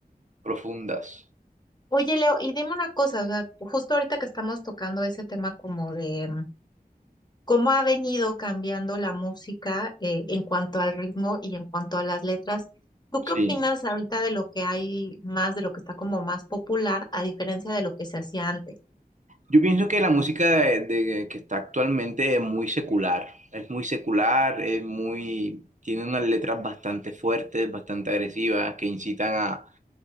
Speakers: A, on the right; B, on the left.
A: profundas.
B: Oye, Leo, y dime una cosa, o sea, justo ahorita que estamos tocando ese tema como de mm, cómo ha venido cambiando la música eh, en cuanto al ritmo y en cuanto a las letras, ¿tú qué
A: Sí.
B: opinas ahorita de lo que hay más, de lo que está como más popular, a diferencia de lo que se hacía antes?
A: Yo pienso que la música de, de- que está actualmente es muy secular, es muy secular, es muy, tiene unas letras bastante fuertes, bastante agresivas, que incitan a,